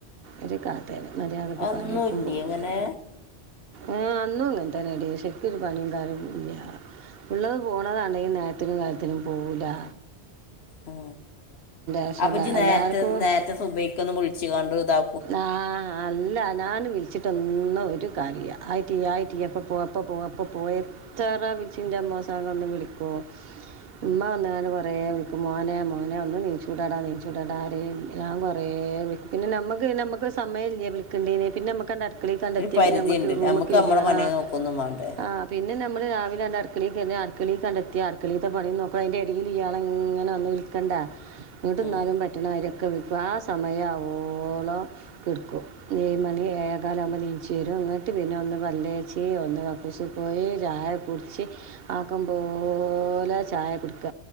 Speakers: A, on the right; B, on the left.
A: ഒരു കഥെണ് മര്യാതക്ക്
B: അതൊന്നുമില്ലേ
A: പണിക്കുമ്പോവൂലാ.
B: ഇങ്ങനെ
A: ആഹ് അന്നൂങ്ങൻതനെടീ ശെരിക്കൊരു പണീകാര്യോന്നുല്ല്യാ ഉള്ളത് പോണതാണെങ്കി നേരത്തിനും കാൽത്തിനും പോവുലാ
B: ആ
A: ശേഷം
B: അപ്പജ്ജ്
A: എല്ലാ-
B: നേരത്തെ
A: എല്ലാവർക്കും
B: നേരത്തെ സുബൈക്കൊന്നും വ്ൾച്ചാണ്ട് ത
A: ആഹ് അല്ല ഞാന് വിളിച്ചിട്ടൊന്നും ഒരു കാര്യോല്ല ആയിട്ടില്ല ആയിട്ടില്ല പ്പൊ പോക പ്പൊ പോയെ തെറെ വിൾച്ചിന്റമ്മോസാക വന്ന് വിളിക്കൂ മ്മ വന്ന്കാണ് കൊറെ വിളിക്കും മോനെ മോനെ ഒന്ന് നീച്ചൂടെടാ നീചൂടാടാ റീം ഞാ കൊറെേ വിളി പിന്നെ നമ്മക്ക് നമ്മക്കൊര് സമയല്ല്യെ വിൽിക്കണ്ടീന് പിന്നെ നമ്മക്ക ണ്ട ക്കണി കണ്ടെത്യ
B: ഒരു പരിധിയുണ്ട്
A: പിന്നെ മ്മക്ക് റൂമ്കേര്യ
B: നമുക്ക് നമ്മളെ പണി
A: ആ
B: നോക്കൊന്നും വേണ്ടേ
A: ആ പിന്നെ നമ്മള് രാവിലെണ്ട്‌ അക്കളിൽകെ <unintelligible> കഞ്ഞൽ അക്കളീതെ പണീ നോക്കണംകണ്ടെത്തി അക്കളീ പിന്നെ നോക്കണം അയിൻ്റെ എടീയിൽ ഇയാളെങ്ങനെ വന്ന് വിളി കണ്ട എങ്ങ്ട്ട്
B: ഉം.
A: ന്നാലും പറ്റണ മായിരൊരക്കെ വിളിക്കും ആ സമയാവോവോളം കേൾക്കും <unintelligible> ഏഴ് മണി ഏഴെക്കാലാകു ആകുമ്പോ ന്നീചിവരും ന്ന്ട്ട് പിന്നെ ഒന്ന് പല്ലേച്ചി ഒന്ന് കക്കൂസി പോയി ചായ കുട്ച്ച് ആക്കമ്പോലേ ചായ കുടിക്ക